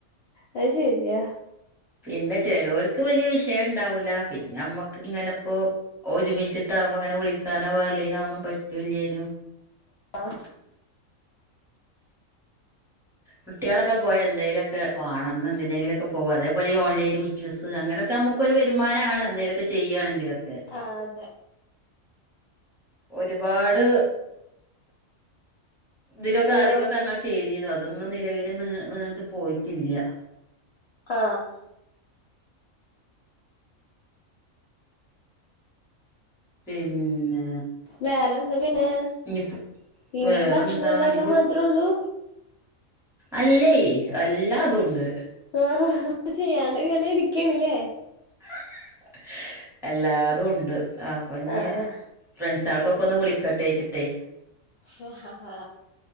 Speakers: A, on the left; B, in the centre.
A: അത് ശര്യാ.
B: പിന്നെ ചിലൊൽക്ക് വല്ല്യ വിഷയംണ്ടാവൂലാ പിന്നെ ഞമ്മക്ക് ങ്ങനെപ്പോ ഒരുമിച്ചിട്ടാവുപോമ്പൊ ങ്ങനെ വിളിക്കാനോ വേർള്ളീനൊന്നും പറ്റൂല്ലേനും.
A: അഹ്
B: കുട്ടികളൊക്കെ പോയ എന്തെലൊക്കെ വാണം ന്ന എ ന്തിനേങ്കിലൊക്കെ അതേപോലെ ഈ ഓൺലൈൻ ബിസിനസ് അങ്ങനൊ നമുക്കൊരു വെരുമാനാണ് എന്തേലൊക്കെ ചെയ്യാണെങ്കിലൊക്കെ.
A: ആഹ് അതെ.
B: ഒരുപാട് തിലൊക്കെ
A: ഹലോ
B: ആദിക്കൊക്കെ ങ്ങൾ ചെയ്തീന്നു അതൊന്നും നിലവില് നി നീർ പോയിറ്റില്ല.
A: ആഹ്
B: പിന്നെ
A: വേറെ എന്താ പിന്നെ
B: ഇനിപ്പോ
A: ഇനി
B: വേറെന്താ
A: ഭക്ഷണണ്ടാക്കാ
B: ഇനിപ്പോ
A: മാത്രോള്ളു.
B: അല്ലേയ് അല്ലാതൂണ്ട്.
A: ആഹ്ഹ <unintelligible> ചെയ്യാണ്ട് ങ്ങനെ ഇരിക്കണ്ല്ലേ?
B: <unintelligible> എല്ലാതൂണ്ട് അപ്പൊ ഞി
A: ആഹ്
B: ഫ്രണ്ട്സോൾക്കൊക്കൊന്ന് വിളിക്കട്ടെച്ച്ട്ടേയ്.
A: ഹ് ഹ ഹാ